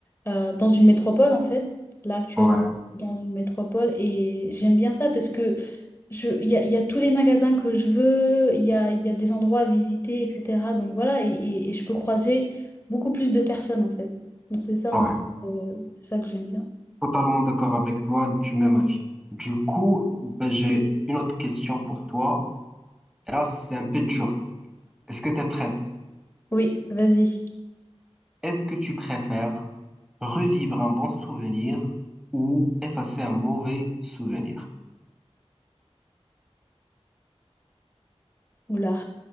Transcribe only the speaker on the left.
euh, dans une métropole en fait, là actuellement,
dans une métropole. Et j'aime bien ça parce que je, il y a, il y a tous les magasins que je veux, il y a, il y a des endroits à visiter, etc. Donc voilà, et, et- et je peux croiser beaucoup plus de personnes en fait. Donc c'est ça,
en fait, euh, c'est ça que j'aime bien.
Oui, vas-y.
Oula.